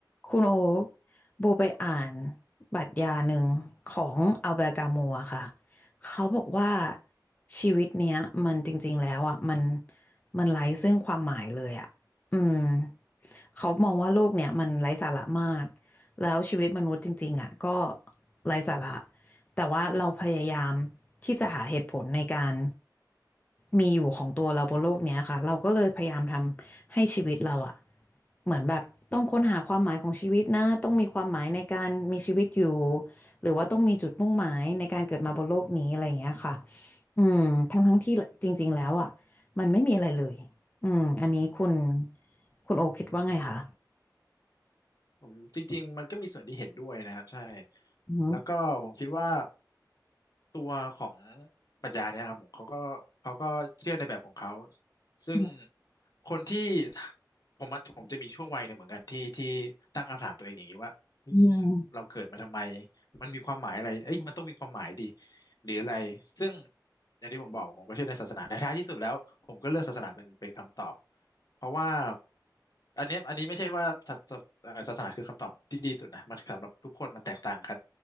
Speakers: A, on the left; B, on the left.
A: คุณโอ๊กโบไปอ่านปรัชญาหนึ่งของอัลเบร์ตกามัวค่ะเขาบอกว่าชีวิตเนี้ยมันจริงๆแล้วอ่ะมันมันไร้ซึ่งความหมายเลยอ่ะอืม เขามองว่าโลกเนี่ยมันไร้สาระมาก แล้วชีวิตมนุษย์จริงๆอ่ะก็ไร้สาระแต่ว่าเราพยายามที่จะหาเหตุผลในการมีอยู่ของตัวเราบนโลกเนี้ยค่ะเราก็เลยพยายามทำให้ชีวิตเราอ่ะเหมือนแบบต้องค้นหาความหมายของชีวิตนะต้องมีความหมายในการมีชีวิตอยู่หรือว่าต้องมีจุดมุ่งหมายในการเกิดมาบนโลกนี้อะไรอย่างเงี้ยค่ะอืมทั้งทั้งที่จริงๆแล้วอ่ะมันไม่มีอะไรเลย อืมอันนี้คุณคุณโอคิดว่าไงคะ
B: ผมจริงๆมันก็มีส่วนที่เห็นด้วยนะครับใช่
A: อืม
B: แล้วก็ผมคิดว่า ตัวของปรัชญาเนี่ยครับผมเขาก็เขาก็เชื่อในแบบของเขาซึ่ง
A: อ
B: คนที่ผมอะผมจะมีช่วงวัยหนึ่งเหมือนกันที่ที่ตั้งคำถามตัวเองอย่างนี้ว่าเฮ้ย
A: ืม
B: เราเกิดมาทำไมมันมีความหมายอะไรเอ้ยมันต้องมีความหมายดิหรืออะไรซึ่งอย่างที่ผมบอกผมก็เชื่อในศาสนาในท้ายที่สุดแล้วผมก็เลือกศาสนาเป็นเป็นคำตอบเพราะว่าอันเนี้ยอันนี้ไม่ใช่ว่าศาสเอ่อศาสนาคือคำตอบที่ดีสุดนะมันสำหรับทุกคนมันแตกต่างกัน